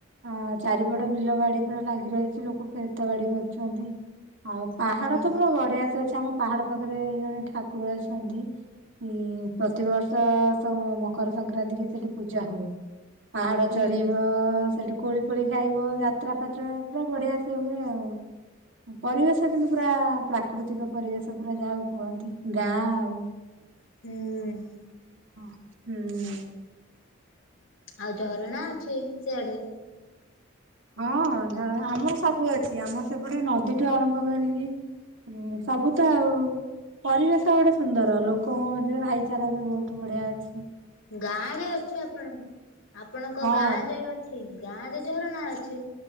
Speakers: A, on the right; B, on the left.
A: ହଁ ଚାରିପଟ ବିଲ ବାଡି ପୁରା ଲାଗି ରହିଚି ଲୋକ କ୍ଷେତ ବାଡି କରୁଛନ୍ତି। ଆଉ ପାହାଡ
B: ହୁଁ
A: ତ ପୁରା ବଢିଆସେ ଅଛି ଆମ ପାହାଡ ପାଖରେ ଜଣେ ଠାକୁର ଅଛନ୍ତି। ହୁଁ ପ୍ରତିବର୍ଷ ତ ମକର ସଂକ୍ରାନ୍ତି କି ସେଠି ପୂଜା ହୁଏ। ପାହାଡ
B: ହୁଁ
A: ଚଢିବ ସେଠୁ କୋଳି ଫୋଳି ଖାଇବ ଯାତ୍ରା ଫାତ୍ରା ପୁରା ବଢିଆ ସେ ହୁଏ ଆଉ। ପରିବେଶ କିନ୍ତୁ ପୁରା ପ୍ରାକୃତିକ ପରିବେଶ ପୁରା ଯାହାକୁ କୁହନ୍ତି ଗାଁ ଆଉ।
B: ହୁଁ।
A: ହୁଁ।
B: ଆଉ ଝରଣା ଅଛି ସିଆଡେ।
A: ହଁ ଝର ଆମର ସବୁ ଅଛି ଆମର ସେପଟେ ନଦୀଠୁ ଆରମ୍ଭ କରିକି ସବୁ ତ ଆଉ। ପରିବେଶ ଗୋଟେ ସୁନ୍ଦର ଲୋକଙ୍କ ମଧ୍ୟରେ ଭାଇଚାରା ବି ବହୁତ ବଢିଆ ଅଛି।
B: ଗାଁ ରେ ଅଛି ଆପଣଙ୍କ ଆପଣଙ୍କ
A: ହଁ
B: ଗାଁ ରେ ଅ ସେଇ ଗାଁ ରେ ଝରଣା ଅଛି।